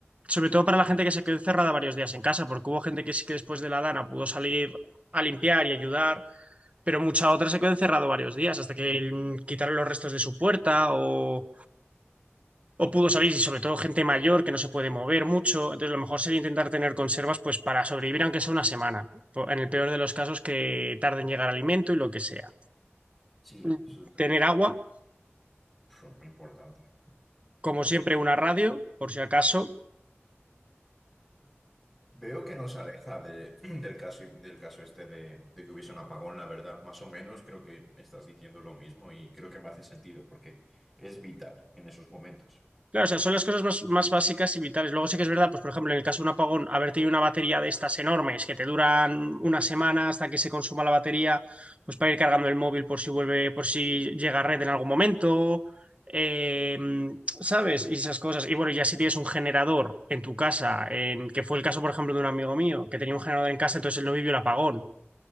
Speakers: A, on the right; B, in the centre.
A: sobre todo para la gente que se quedó encerrada varios días en casa, porque hubo gente que sí que después de la dana pudo salir a limpiar y ayudar, pero mucha otra se quedó encerrada varios días hasta que mm, quitaron los restos de su puerta o... O pudo salir, y sobre todo gente mayor que no se puede mover mucho. Entonces, lo mejor sería intentar tener conservas pues para sobrevivir, aunque sea una semana. Po- En el peor de los casos, que tarde en llegar alimento y lo que sea.
B: sí,
A: Mm.
B: eso es verdad,
A: Tener agua,
B: <laughs> Uf, muy importante.
A: como siempre, una radio, por si acaso,
B: Veo que nos aleja de- <clears throat> del caso, del caso este de, de que hubiese un apagón, la verdad. Más o menos creo que estás diciendo lo mismo y creo que me hace sentido porque es vital en esos momentos.
A: Claro, o sea, son las cosas más, más básicas y vitales. Luego sí que es verdad, pues por ejemplo, en el caso de un apagón, haber tenido una batería de estas enormes que te duran una semana hasta que se consuma la batería, pues para ir cargando el móvil por si vuelve, por si llega a red en algún momento, eh, ¿sabes? Y esas cosas. Y bueno, ya si tienes un generador en tu casa, en, que fue el caso, por ejemplo, de un amigo mío, que tenía un generador en casa, entonces él no vivió el apagón.